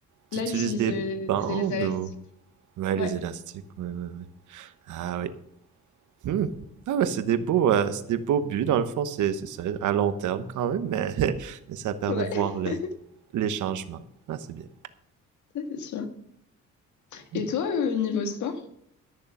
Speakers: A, on the right; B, on the left.
A: tu
B: Là,
A: utilises
B: j'utilise
A: des
B: euh,
A: bandes
B: des élèves élastiques.
A: ou? Ouais, les
B: Ouais,
A: élastiques, ouais, ouais, ouais. Ah, oui. Hmm. Ah ouais, c'est des beaux, euh, c'est des beaux buts, dans le fond, c'est c'est ça, à long terme quand même, mais, <laughs> mais ça permet
B: ouais,
A: de voir le-
B: <laughs> ça,
A: les changements. Ah, c'est bien.
B: c'est sûr.
A: Hmm.
B: Et toi, euh, niveau sport?